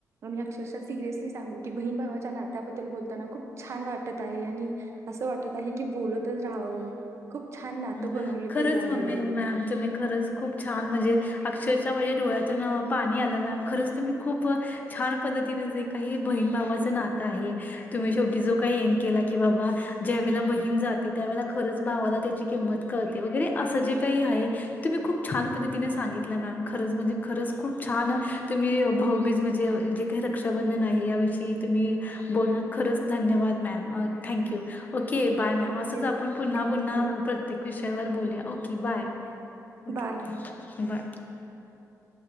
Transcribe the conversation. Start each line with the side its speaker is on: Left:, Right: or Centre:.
Right: <unintelligible> अक्षरशा सिरियली सांगू की बहीण भावाच्या नात्याबद्दल बोल ताना खूप छान वाटतं आहे आणि असं वाटत आहे की बोलतच राहावं. खूप छान नातं
Left: हा,
Right: बनवलं
Left: खरचं!
Right: गेलं आहे
Left: मम्मी
Right: हे.
Left: मॅमच मी खरंच खूप छान! म्हणजे, अक्षरच्या म्हणजे, डोळ्यातून पाणी आलं मॅम खरचं! तुम्ही खूप छान पद्धतीनं जे काही बहीण भावाच नात आहे, तुम्ही शेवटी जो काहीन केली, की बा ज्या वला बहीण जाते त्या <unintelligible> किंमत करते वगैरे असं जे काही आहे. तुम्हा खुप छान! पद्धतीने सांगितलं, ना खरंच म्हणजे खरचं खूप छान! आहे तुम्ही भाऊबीज जे म्हणजे, रक्षाबंधन आहे याविषयी तुम्ही बोलत खरंच जे, धन्यवाद ma'am thank you! Okay bye ma'am
Right: ओके,
Left: असंच आपण पुन्हा
Right: ओके.
Left: पुन्हा. प्रत्येक विषयावर बोलूया, okay bye! Okay
Right: bye.
Left: Bye!